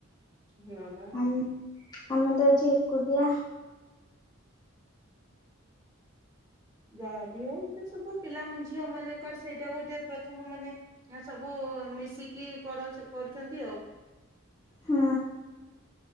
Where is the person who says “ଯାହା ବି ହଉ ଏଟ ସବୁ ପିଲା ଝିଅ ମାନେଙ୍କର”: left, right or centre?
Right